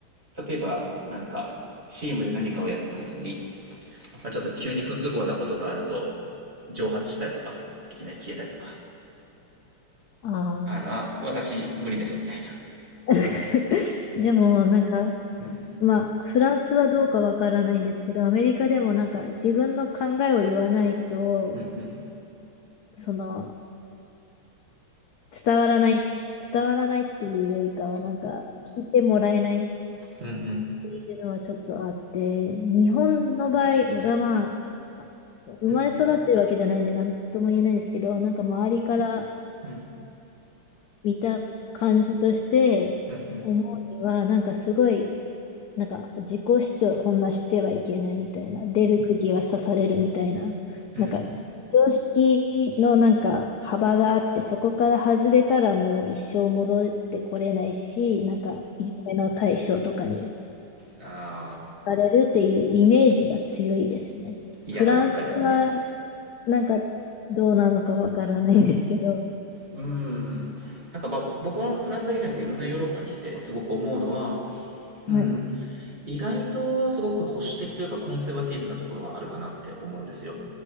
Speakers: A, on the right; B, on the left.
A: 例えばなんかチームで何かをやってた時に、まあ、ちょっと急に不都合なことがあると、蒸発したりとか、いきなり消えたりとか、
B: あ
A: あの、あ、
B: あ。
A: 私無理ですみたい
B: <laughs> でも、なんか、
A: な。うん、
B: まあ、フランスはどうかわからないんですけど、アメリカでもなんか自分の考えを言わないと、
A: うん、うん、
B: その、伝わらない、伝わらないっていうよりかは、なんか、聞いてもらえないっ
A: うん、
B: ていうのはちょっとあって、日本の場合はまあ、生まれ育ってるわけじゃないんで、
A: うん、うん、
B: なんとも言えないんですけど、なんか周りから
A: うん、
B: 見た感じとして思うには、
A: うん、うん、
B: なんかすごい、なんか自己主張そんなしてはいけないみたいな、出る釘は刺されるみたいな、
A: うん、
B: なんか常識のなんか幅があって、そこから外れたらもう一生戻ってこれないし、なんかいじめの対象とかに
A: ああ、
B: されるっていうイメージが強いですね。
A: 嫌な文化ですね。
B: フランスはなんかどうなのかわからないんですけど、
A: うん。なんかまあ僕はフランスだけじゃなくていろんなヨーロッパにいてすごく思うのは、うん、
B: はい。
A: 意外とすごく保守的というかコンセバティブなところはあるかなって思うんですよ。